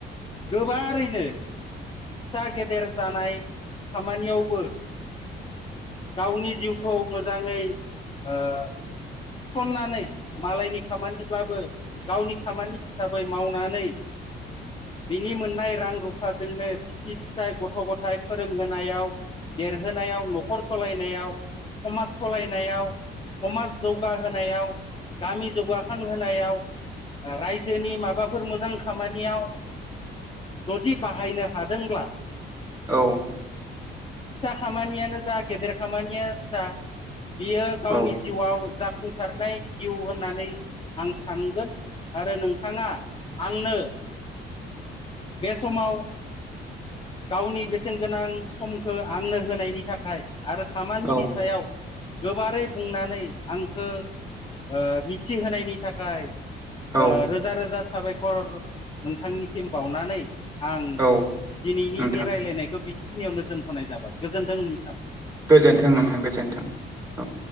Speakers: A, on the left; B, on the right.
A: गोबारैनो फिसा गेदेर जानाय खामानियावबो गावनि जिउखौ मोजाङै ओ थिसननानै मालायनि खामानिब्लाबो गावनि खामानि हिसाबै मावनानै <inaudible> बिनि मोननाय रां रुफाजोंनो बिसि फिसाय गथ' गथाय फोरोंहोनायाव देरहोनायाव न'खर सलायनायाव समाज सलायनायाव समाज जौगाहोनायाव गामि जौगाखांहोनायाव रायजोनि माबाफोर मोजां खामानियाव जुदि बाहायनो हादोंब्ला
B: औ
A: फिसा खामानियानो जा गेदेर खामानियानो जा बियो
B: औ
A: गावनि
B: औ
A: जिउआव जाफुंसारनाय जिउ होननानै आं सानगोन आरो नोंथाङा आंनो बे समाव गावनि बेसेन गोनां समखौ आंनो होनायनि थाखाय आरो खामानिनि
B: औ
A: सायाव गोबारै बुंनानै आं खौ ओ मिथिहोनायनि थाखाय ओ
B: औ
A: रोजा रोजा साबायखर नोंथांनिसिम बावनानै आं
B: औ
A: दिनैनि
B: नोंथां
A: बे रायज्लायनाय खौ बिखिनियावनो दोनथ'नाय जाबाय गोजोन्थों नोंथां
B: गोजोन्थों नोंथां गोजोन्थों औ